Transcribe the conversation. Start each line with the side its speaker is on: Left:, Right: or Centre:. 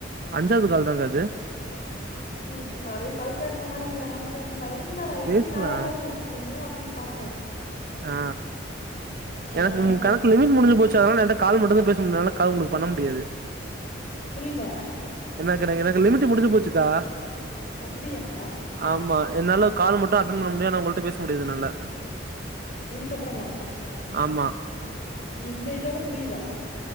Right: அஞ்சாவது கால தாங்க இது
Left: அப்டியா நெறய கால் பேசுற மாரி இது அதனாலு கேட்டேன்டா என்னடா இது
Right: பேசலா
Left: நெறய கால் பேச ங்கிறமே அப்டின்னு பாக்குறா
Right: ஆ
Left: அதனால
Right: எனக்கு
Left: கேட்டே
Right: கணக்கு லிமிட் முடிஞ்சு போச்சு அதனால ஏன்ட கால் மட்டு பேச முடியு என்னால கால் உங்களுக்கு பண்ண முடியாது
Left: புரியில
Right: என்ன <unintelligible> எனக்கு லமிட்டு முடிஞ்சு போச்சுக்கா
Left: அப்படியா
Right: ஆமா என்னால கால் மட்டு‌அட்டன் பண்ண முடியு ஆனா உங்கள்ட்ட பேச முடியுது என்னால
Left: இதுக்கப்புறமா
Right: ஆமா
Left: இந்த இதோட முடியுதா